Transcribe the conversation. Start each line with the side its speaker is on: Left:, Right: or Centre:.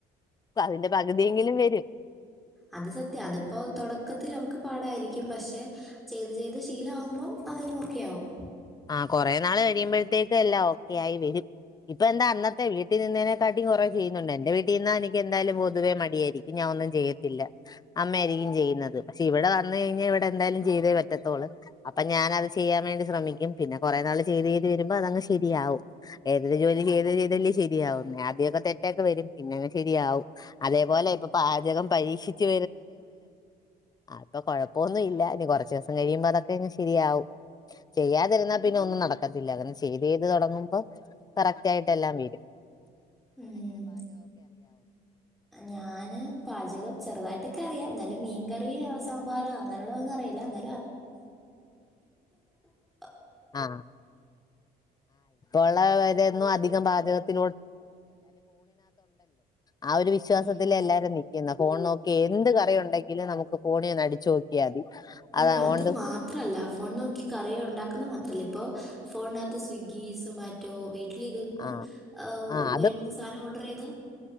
Left: അതിന്റെ പകുതിയെങ്കിലും വെരും
Centre: അത് സത്യം, അതിപ്പോ തൊടക്കത്തിൽ അമക്ക് പാടായിരിക്കും പശെ ചെയ്ത് ചെയ്ത് ശീലാവുമ്പം അതങ്ങ് ഓക്കെയാവും.
Left: ആ കൊറെ നാൾ കഴിയുമ്പഴത്തേക്ക് എല്ലാ ഓക്കെ ആയി വെരും. ഇപ്പ എന്താ അന്നത്തെ വീട്ടിൽ നിന്നേനെ <unintelligible> കൊറേ ചെയ്യുന്നുണ്ട് എന്റെ വീ ട്ടിന്ന എനിക്കെന്തായാലും പൊതുവേ മടിയായിരിക്കും ഞാ ഒന്നും ചെയ്യത്തില്ല അമ്മയാരിക്കും ചെയ്യുന്നത് പക്ഷെ ഇവടെ ന്ന് കഴിഞ്ഞാ ഇവടെ എന്തായാലും ചെയ്തേ പറ്റത്തൊള്ള്, അപ്പൊ ഞാനത് ചെയ്യാൻ വേണ്ടി ശ്രമിക്കും. പിന്നെ കൊറേ നാള് ചെയ്ത് ചെയ്ത് വരുമ്പോ അതങ്ങ് ശെരിയാവും, ഏതൊരു ജോലി ചെയ്ത് ചെയ്തല്ലേ ശരിയാവാ ആദ്യവൊ തെറ്റൊക്കെ വരും പിന്നങ്ങ് ശെരിയാവും, അതേപോലെ ഇപ്പൊ പാചകം പരീഷിച്ച് ആ അപ്പൊ കൊഴപ്പൊവെന്നുവില്ല ഇനി കൊറച്ചിവസം കഴിയുമ്പോ അതൊക്കെ അങ്ങ് ശെരിയാവും തിർന്ന
Centre: ഉം.. ഞാന് പാചകം ചെറുതായിട്ടൊക്കെ അറിയാം ന്നാലും മീൻകറി ആ സാമ്പാർ അങ്ങനെള്ളതൊന്നും അറീയ്ല ന്നാലും <unintelligible>
Left: ആ ഒന്നും അധികം പാചകത്തി ആ ഒരു വിശ്വാസത്തില
Centre: ഉം.
Left: എല്ലാരും നിക്കുന്നെ ഫോൺ നോക്കി എന്ത് കറി ഉണ്ടെങ്കിലും നമുക്ക് ഫോണിൽ ഒന്ന് അടിച്ചു നോക്കിയൽ മതി
Centre: അല്ല
Left: അതാ
Centre: അത്
Left: ഓണ്ട്
Centre: മാത്രല്ല ഫോൺ നോക്കി കറിയുണ്ടാക്കുന്ന മാത്രല്ല ഇപ്പോ ഫോണിനകത്ത് സ്വിഗ്ഗി സൊമാറ്റോ വീ വീട്ടിലിരുന്ന്
Left: ആഹ്
Centre: ആ
Left: ആഹ്
Centre: വേണ്ട സാനം ഓഡറൈത്